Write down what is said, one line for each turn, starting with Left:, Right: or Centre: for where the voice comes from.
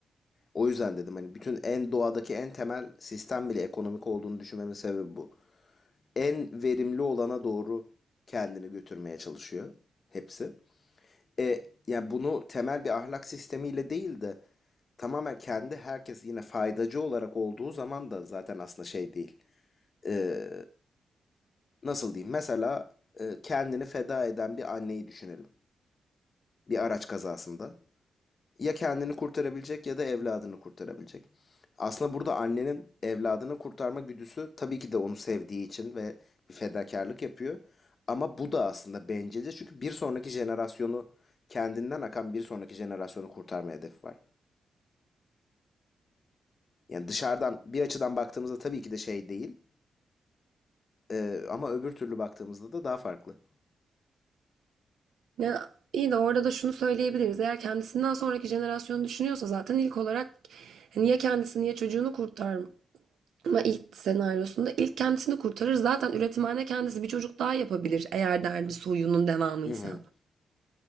Left: O yüzden dedim hani bütün en doğadaki en temel sistem bile ekonomik olduğunu düşünmemin sebebi bu. En verimli olana doğru kendini götürmeye çalışıyor hepsi. E, yani bunu temel bir ahlak sistemiyle değil de tamamen kendi herkes yine faydacı olarak olduğu zaman da zaten aslında şey değil e, Nasıl diyeyim? Mesela e, kendini feda eden bir anneyi düşünelim. Bir araç kazasında. Ya kendini kurtarabilecek ya da evladını kurtarabilecek. Aslında burada annenin evladını kurtarma güdüsü tabii ki de onu sevdiği için ve bir fedakarlık yapıyor. Ama bu da aslında bencilce çünkü bir sonraki jenerasyonu kendinden akan bir sonraki jenerasyonu kurtarma hedefi var. Yani dışarıdan bir açıdan baktığımızda tabii ki de şey değil. E, ama öbür türlü baktığımızda da daha farklı.
Right: Ya iyi de orada da şunu söyleyebiliriz. Eğer kendisinden sonraki jenerasyonu düşünüyorsa zaten ilk olarak niye kendisini niye çocuğunu kurtar, Ama ilk senaryosunda ilk kendisini kurtarır. Zaten üretimhane kendisi bir çocuk daha yapabilir eğer derdi soyunun devamıysa.
Left: Hı hı.